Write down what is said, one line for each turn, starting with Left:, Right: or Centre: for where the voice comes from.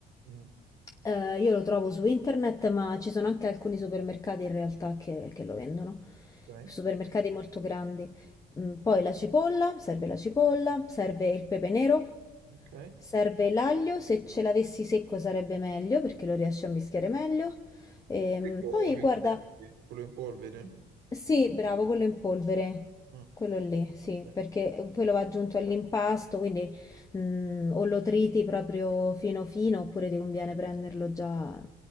Right: Mm,
Left: Eh, io lo trovo su internet, ma ci sono anche alcuni supermercati in realtà che, che lo vendono.
Right: ok.
Left: Supermercati molto grandi. Mm, poi la cipolla, serve la cipolla, serve il pepe nero,
Right: Ok.
Left: serve l'aglio, se ce l'avessi secco sarebbe meglio perché lo riesci a mischiare meglio. Ehm,
Right: Secco
Left: poi
Right: che
Left: guarda,
Right: intendi? Quello in polvere?
Left: sì, bravo, quello in polvere,
Right: Ah,
Left: quello lì, sì,
Right: Eh,
Left: perché quello va aggiunto all'impasto, quindi mm, o lo triti proprio fino fino, oppure ti conviene prenderlo già,